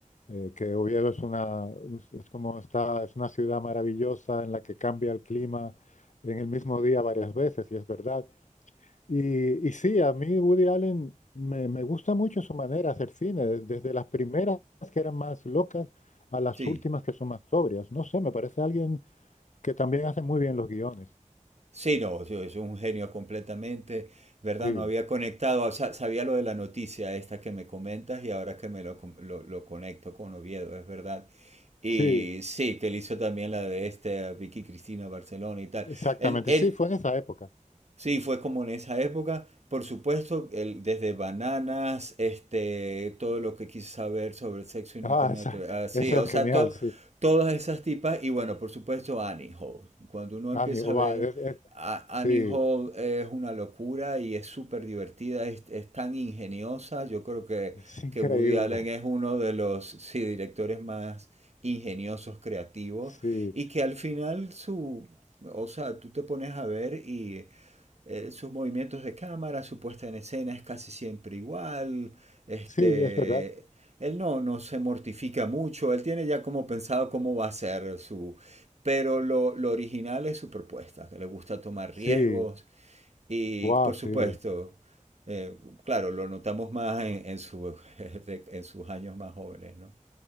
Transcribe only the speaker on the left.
eh, que Oviedo es una, un- es como está, es una ciudad maravillosa en la que cambia el clima en el mismo día varias veces, y es verdad. Y, y sí, a mí Woody Allen me, me gusta mucho su manera de hacer cine, des- desde las primeras que eran más locas a las
últimas que son más sobrias. No sé, me parece alguien que también hace muy bien los guiones.
Sí,
sí,
exactamente.
Sí, fue en esa época.
Ah,
esa,
esa
es
genial,
sí.
Ani, guau,
es- es-
sí,
es increíble.
Sí,
Sí, es verdad.
Sí,
wow,
sí.